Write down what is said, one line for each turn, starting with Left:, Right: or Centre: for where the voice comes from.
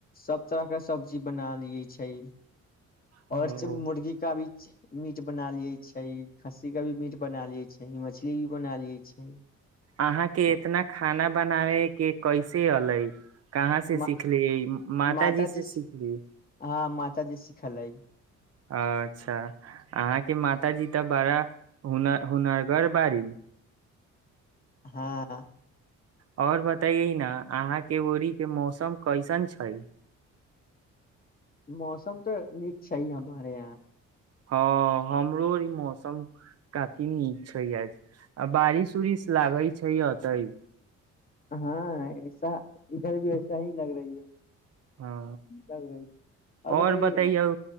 Left: सभ तरह के सब्जी बना लियै छै और
Right: ओ
Left: च मुर्गी का भी मीट बना लिये छै खस्सी के भी मीट बना लिये छै मछली भी बना लिये छै
Right: अहाँके
Left: अ,
Right: इतना खाना बनाव के कैसे अलै कहाँ से सिखलियै
Left: म माताजी
Right: से सिखली
Left: हँ माताजी सिखलै
Right: अच्छा अहाँके माता जी तऽ बड़ा हुनर हुनरगर बाड़ी
Left: हँ
Right: आओर बतैे ने अहाँके ओड़ीक के मौसम कैसन छै
Left: मौसम तऽ नीक छै हमरे यहाँ
Right: हँ हमरो ई मौसम काफी नीक छै य आ बारिश उरिश लागै छै एते
Left: हँ ऐसा इधर भी वऐसा ही लग रही है
Right: हँ
Left: लग रहै छै आओर
Right: और
Left: बताइये
Right: बतैयौ
Left: न